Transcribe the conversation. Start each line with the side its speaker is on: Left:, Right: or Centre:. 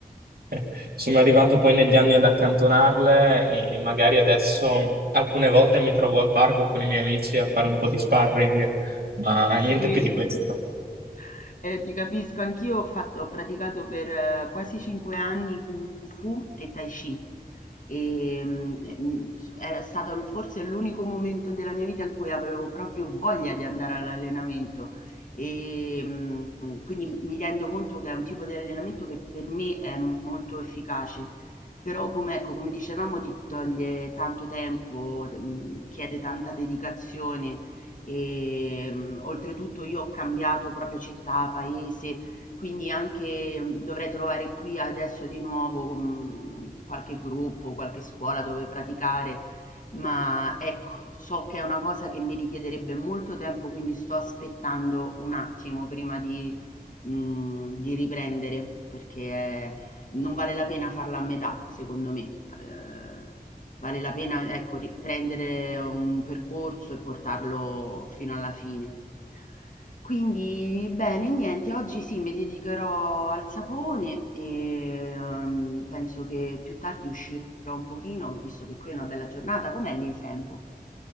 Right: eh, sono arrivato poi negli anni ad accantonarle e magari adesso alcune volte mi trovo al parco con i miei amici a fare un po' di sparring, ma
Left: Sì.
Right: niente più di questo.
Left: <laughs> Eh, ti capisco, anch'io ho fatto, ho praticato per eh, quasi cinque anni Kung Fu e Tai Chi. E, mm, e, mm, s- era stato forse l'unico momento della mia vita in cui avevo proprio voglia di andare all'allenamento. E, mm, quindi mi rendo conto che è un tipo di allenamento che per me è molto efficace. Però, come, ecco, come dicevamo, ti toglie tanto tempo, mm, chiede tanta dedicazione Ehm, oltretutto io ho cambiato proprio città, paese, quindi anche mm, dovrei trovare qui adesso di nuovo, mhmm, qualche gruppo, qualche scuola dove praticare, ma ecco, so che è una cosa che mi richiederebbe molto tempo, quindi sto aspettando un attimo prima di Mhmm, di riprendere, perché è, non vale la pena farla a metà, secondo me. Ehm, vale la pena, ecco, ri prendere un percorso e portarlo fino alla fine. Quindi bene, niente, oggi sì, mi dedicherò al sapone e, uhm, penso che più tardi uscirò un pochino, visto che qui è una bella giornata. Com'è lì il tempo?